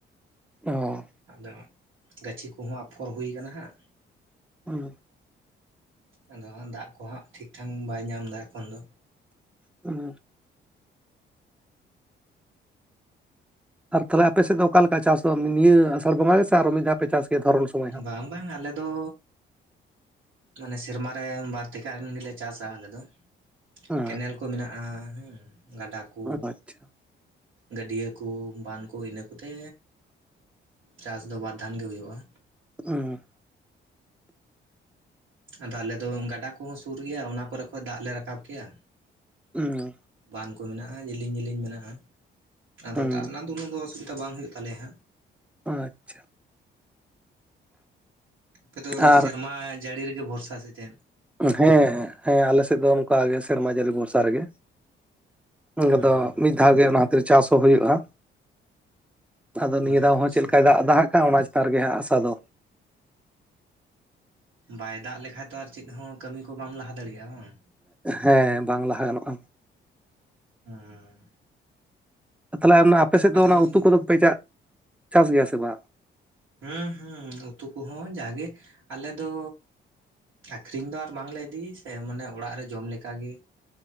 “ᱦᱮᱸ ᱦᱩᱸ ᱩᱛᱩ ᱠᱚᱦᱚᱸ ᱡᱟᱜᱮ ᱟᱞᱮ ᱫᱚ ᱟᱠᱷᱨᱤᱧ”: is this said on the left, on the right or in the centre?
Right